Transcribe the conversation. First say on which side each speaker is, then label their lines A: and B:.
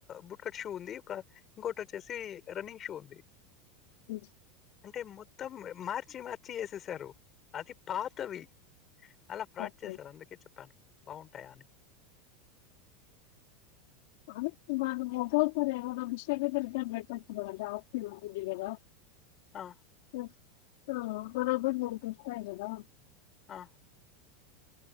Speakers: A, on the left (about 25°); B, on the left (about 65°).
A: బుట్కట్ షూ ఉంది ఒక ఇంకోటి వచ్చేసి రన్నింగ్ షూ ఉంది
B: అ
A: అంటే మొత్తం మార్చి మార్చి వేసేసారు అది పాతవి అలా ఫ్రాడ్
B: ఓకే,
A: చేస్త అందుకే చెప్పాను బాగుంటాయా అని
B: అద తు నం ఒ సార అ న ఇష్ట అంతే బ తు ఆతగదా
A: ఆ!
B: అ ఆ మనబ ననకి ఇష్ట అదదా
A: ఆ